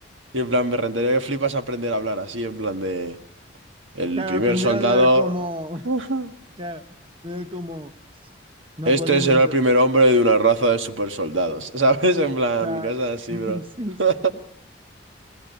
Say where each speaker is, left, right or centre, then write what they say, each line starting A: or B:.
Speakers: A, on the right; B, on the right.
A: Y en plan, me rentaría que flipas aprender a hablar así, en plan de... El
B: Claro,
A: primer
B: aprender
A: soldado.
B: a hablar como,
A: <laughs>
B: <laughs> claro, ver como no
A: Este
B: podemos.
A: será el primer hombre de una raza de supersoldados. <laughs> ¿Sabes? En plan,
B: claro.
A: cosas
B: <laughs>
A: así, bro.
B: Sí, sí.
A: <laughs>